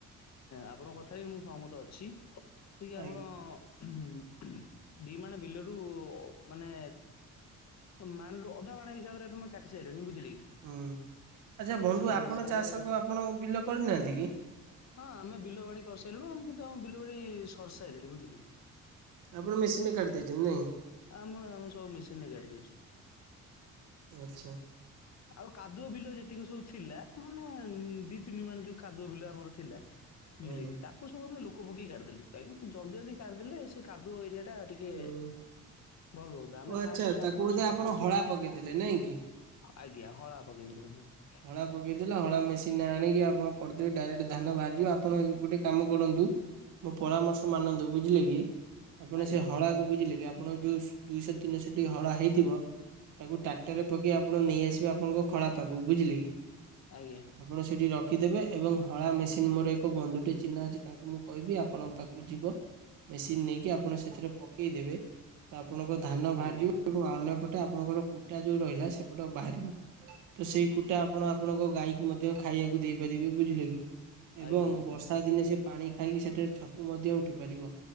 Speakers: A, on the left (about 60°); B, on the right (about 85°).
A: ଆପଣଙ୍କ କଥାରେ ମୁଁ ସହମତ ଅଛି କି କି
B: ଆଜ୍ଞା।
A: ଆପଣ ହିଁ ଦି ମାଣ ବିଲରୁ ମାନେ ମାଣରୁ ଅଧା ମାଣ ହିସାବରେ ତମେ କାଟି ସାଇଲଣି ବୁଝିଲେ କି
B: ହୁଁ ଆଚ୍ଛା ବନ୍ଧୁ
A: ସେଇ
B: ଆପଣ
A: ହିସାବରେ
B: ଚାଷ ଆପଣ ବିଲ କରିନାହାନ୍ତି କି?
A: ହଁ ଆମେ ବିଲ ବାଡ଼ି କରି ସାଇଲୁଣି ଆମେ କିନ୍ତୁ ଆମ ବିଲ ବାଡ଼ି ସର୍ ସାଇଲାଣି ବୁଝିଲେ
B: ଆପଣ ମେସିନ୍ ରେ କାଟିି ଦେଇେଇଛନ୍ତି ନାହିଁ।
A: ଆମ ଆମ ସବୁ ମେସିନ୍ ରେ କାଟି ଦେଇଛୁ।
B: ଆଛା
A: ଆଉ କାଦୁଅ ବିଲ ଯେତିକି ସବୁ ଥିଲା ମାନେ ଦି ତିନି ମାଣ ଯୋଉ କାଦୁଅ ବିଲ ଆମର ଥିଲା
B: ହୁଁ
A: ବୁଝିଲେ କି ତାକୁ ସବୁ ଆମେ ଲୋକ ପକେଇ କାଢିଦେଲୁ କାହିଁକି ଜଲଦି ଜଲଦି କାଢି ଦେଲେ ସେ କାଦୁଅ ଏରିଆଟା ଟିକେ
B: ହୁଁ
A: ଭଲ ହୁଅନ୍ତା ଆମେ
B: ଓ ଆଚ୍ଛା
A: ଫାଷ୍ଟ ଷ୍ଟାର୍ଟ
B: ତାକୁ
A: କଲୁ
B: ବୋଧେ
A: ସେ କାଦୁଅରେ
B: ଆପଣ ହଳା ପକେଇଦେଲେ ନାଇଁ କି
A: ଆଜ୍ଞା ହଳା ପକେଇଦେବି ମୁଁ
B: ହଳା ପକାଇଦେଲେ ହଳା ମେସିନ ଆଣିକି ଆପଣ କରିଦେବେ ଡାଇରେକ୍ଟ ଧାନ ବାହାରଯିବ ଆପଣ ଗୋଟେ କାମ କରନ୍ତୁ ମୋ ପରାମର୍ଶ ମାନନ୍ତୁ ବୁଝିଲେ କି ଆପଣ
A: ଆଜ୍ଞା
B: ସେ ହଳାକୁ ବୁଝିଲେ କି ଆପଣଙ୍କ ଯୋଉ ଦୁଇଶହ ତିନିଶହଟି ହଳା ହେଇଥିବ ତାକୁ ଟ୍ରାକ୍ଟରରେ ପକେଇ ଆପଣ ନେଇଆସିବେ ଆପଣଙ୍କ ଖଳା ପାଖକୁ ବୁଝିଲେ କି
A: ଆଜ୍ଞା
B: ଆପଣ ସେଠି ରଖିଦେବେ ଏବଂ ହଳା ମେସିନ ମୋର ଏକ ବନ୍ଧୁଟେ ଚିହ୍ନା ଅଛି ତାଙ୍କୁ ମୁଁ କହିବି ଆପଣଙ୍କ ପାଖକୁ ଯିବ ମେସିନ ନେଇକି ଆପଣ ସେଥିରେ ପକେଇଦବେ ତ ଆପଣଙ୍କ ଧାନ ବାହାରିଯିବ
A: ଆଜ୍ଞା
B: ଏବଂ ଅନ୍ୟପଟେ ଆପଣଙ୍କର କୁଟା ଯୋଉ ରହିଲା, ସେପଟ ଆଉ ବାହାରିବନି। ତ ସେଇ କୁଟା ଆପଣ ଆପଣଙ୍କ ଗାଈକୁ ମଧ୍ୟ ଖାଇବାକୁ ଦେଇପାରିବେ, ବୁଝିଲେ କି ଏବଂ
A: ଆଜ୍ଞା ଆଜ୍ଞା
B: ବର୍ଷା ଦିନେ ସେ ପାଣି ଖାଇକି ସେଠାରେ ଛତୁ ମଧ୍ୟ ଉଠି ପାରିବ।